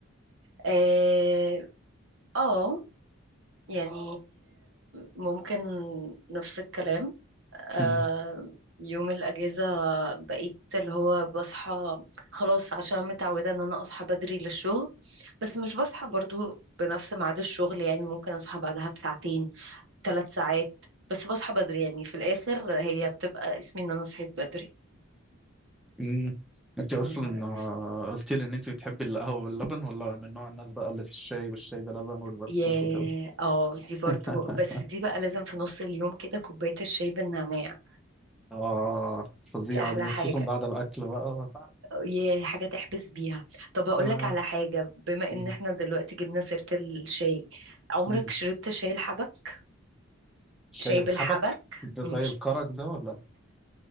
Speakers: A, on the right; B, in the centre.
A: آه، اه يعني ممكن نفس الكلام آه،
B: <laughs>
A: يوم الاجازه بقيت اللي هو بصحى خلاص عشان متعوده ان انا اصحى بدري للشغل بس مش بصحى برضو بنفس ميعاد الشغل يعني ممكن اصحى بعدها بساعتين ثلاث ساعات بس بصحى بدري يعني في الاخر هي بتبقى اسمي ان انا صحيت بدري
B: مم. انت اصلا
A: م-
B: آه، قلت لي ان انت بتحبي القهوه باللبن ولا من نوع الناس بقى اللي في الشاي والشاي بلبن والبسكوت
A: يا
B: وكده
A: اه دي برضو
B: <laughs>
A: بس دي بقى لازم في نص اليوم كده كوبايه الشاي بالنعناع
B: اه فظيعه
A: دي احلى
B: دي
A: حاجه
B: خصوصا بعد الاكل بقى
A: ياه حاجة تحبس بيها طب هقولك
B: آه.
A: على حاجة بما
B: مم.
A: ان احنا دلوقتي جبنا سيرة الشاي عمرك
B: مم.
A: شربت شاي الحبك
B: شاي
A: شاي
B: الحبك
A: بالحبك
B: ده
A: مش
B: زي الكرك ده ولا